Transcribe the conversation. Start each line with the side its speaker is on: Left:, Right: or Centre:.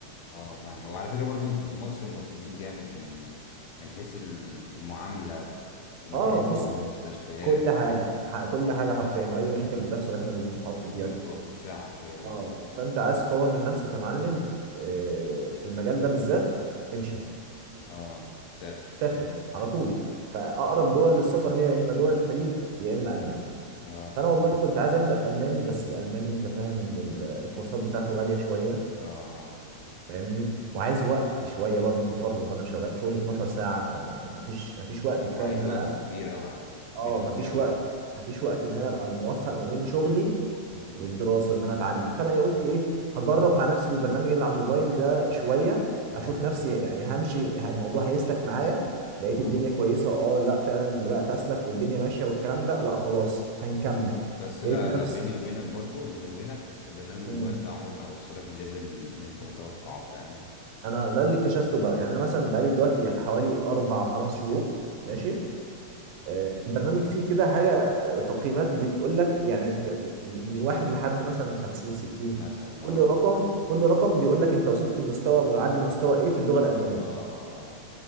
Left: اه فاهم وعلى فكرة برضو انتوا في مصر مظلومين جامد من من حيث ال- المعاملة مكانتكم
Right: اه بص
Left: في المستشفيات
Right: كل حاجه
Left: وكده
Right: ح- كل حاجه حرفيا واي مشاكل بتحصل احنا اللي بنتحط
Left: انتوا
Right: فيها
Left: اللي بتبقوا في وشها حرفيا اه
Right: اه فانت عايز تطور من نفسك يا معلم آه، في المجال ده بالذات امشي
Left: اه سافر
Right: سافر على طول فاقرب دول للسفر هي يا اما دول الخليج يا اما المانيا
Left: اه
Right: فانا والله كنت عايز ابدا الماني بس الالماني انت فاهم ان ال- الكورسات بتاعته غاليه شويه
Left: اه آه.
Right: فاهمني وعايز وقت شويه برضو تفرغ انا شغال شغلي 12 ساعه فمفيش مفيش وقت كفايه
Left: هو عايز
Right: ان انا
Left: وقت كبير قوي على فكرة كبير
Right: اه
Left: قوي
Right: مفيش
Left: قوي
Right: وقت مفيش وقت ان انا ابقى موفق ما بين شغلي
Left: امم
Right: والدراسه ان انا اتعلم فانا إيه قلت ايه هجرب مع نفسي بالبرنامج اللي على الموبايل ده شويه
Left: اه
Right: اشوف نفسي يعني همشي ه- الموضوع هيسلك معايا لقيت
Left: اه
Right: الدنيا كويسه اه لا فعلا بدات اسلك والدنيا ماشيه والكلام ده لا خلاص هنكمل
Left: بس
Right: لقيت
Left: لا
Right: نفسي
Left: لا بيني وبينك برضو بيني وبينك برنامج الموبايل
Right: مم.
Left: ده عمره ما هيوصلك لليفل اللي انت متوقعه فاهم
Right: انا ده اللي اكتشفته بقى يعني انا مثلا بقالي دلوقتي حوالي اربع خمس شهور ماشي
Left: امم
Right: آه، البرنامج فيه كده حاجة آه، تقييمات بتقول لك يعني انت م- من واحد لحد مثلا 50 60
Left: مثلا
Right: كل
Left: اه
Right: رقم كل رقم بيقول لك انت وصلت لمستوى ما يعادل مستوى ايه في اللغة الألمانية
Left: اه اه